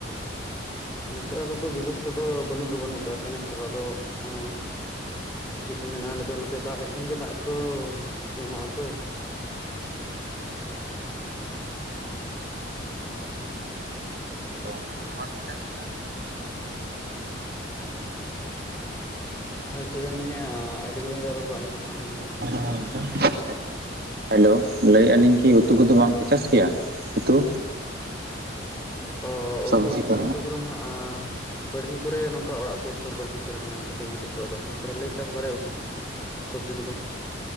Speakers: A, on the left (about 15°); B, on the right (about 55°).
A: ᱱᱚᱛᱮ ᱟᱞᱮ ᱫᱚ ᱵᱮᱵᱚᱥᱛᱷᱟ ᱫᱚ ᱵᱟᱹᱱᱩᱜ ᱫᱚ ᱵᱟᱹᱱᱩᱜ ᱠᱟᱜᱼᱟ᱾ ᱠᱮᱱᱮᱞ ᱠᱚᱫᱚ, ᱟᱫᱚ ᱚ ᱪᱮᱫ ᱠᱚ ᱢᱮᱱᱟ ᱟᱞᱮ ᱫᱚ ᱱᱚᱛᱮ ᱫᱟᱜ ᱞᱮ ᱠᱷᱟᱱ ᱜᱮ ᱫᱟᱜ ᱠᱚᱫᱚ ᱡᱚᱢᱟᱜ ᱟᱛᱚ।
B: ᱟᱪᱪᱷᱟ <inaudible> ᱛᱚ ᱩᱛᱩ ᱠᱚᱫᱚ ᱵᱟᱝ ᱪᱮ ᱪᱟᱥ ᱜᱮᱭᱟ?
A: <inaudible> ᱦᱳᱭ ᱪᱮᱫ ᱵᱮᱱ ᱢᱮᱱᱮᱜᱼᱟ, ᱟᱹᱰᱤ ᱡᱤᱞᱤᱧ ᱨᱮ ᱨᱚᱲ ᱠᱚ ᱟᱸᱚᱢᱚᱜ ᱠᱟᱱ ᱛᱟᱵᱮᱱᱟ ᱜᱚᱝᱠᱮ।
B: <inaudible> ᱟᱪᱪᱷᱟ, ᱦᱮᱞᱳ ᱞᱟᱹᱭᱼᱟ ᱞᱤᱧ ᱠᱤ ᱩᱛᱩ ᱠᱚᱫᱚ ᱵᱟᱝᱯᱮ ᱪᱟᱥ ᱜᱮᱭᱟ ᱩᱛᱩ?
A: ᱚᱻ
B: ᱥᱚᱵᱽᱡᱤ
A: ᱩᱛᱩ
B: ᱠᱚ
A: ᱩᱛᱩ ᱠᱚᱫᱚ ᱦᱟᱸᱜᱼᱟ ᱵᱟᱲᱜᱮ ᱠᱚᱨᱮ, ᱱᱚᱝᱠᱟ ᱚᱲᱟᱜ ᱥᱩᱨ ᱥᱩᱨ ᱵᱟᱲᱜᱮ ᱠᱚᱨᱮ ᱢᱮᱱᱟᱜᱼᱟ ᱠᱟᱹᱴᱤᱡ ᱢᱟᱹᱴᱤᱡ ᱠᱚ, ᱟᱫᱚ ᱚᱱᱟ ᱠᱚᱨᱮᱞᱮ ᱪᱟᱥ ᱵᱟᱲᱟᱭᱟ ᱩᱛᱩ ᱠᱚᱫᱚ। ᱥᱚᱵᱽᱡᱤ ᱠᱚᱫᱚ।